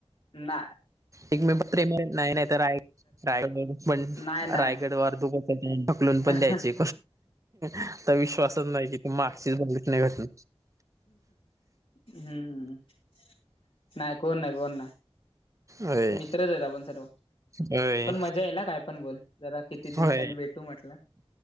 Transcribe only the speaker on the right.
एक मी नाही नाही तर राय रायगड पण
रायगड वार हो कुठुन ढकलून
पण द्यायचे आता विश्वासच नाही कि त मागशीच बघलीस घडलेली घटना.
होय
होय
होय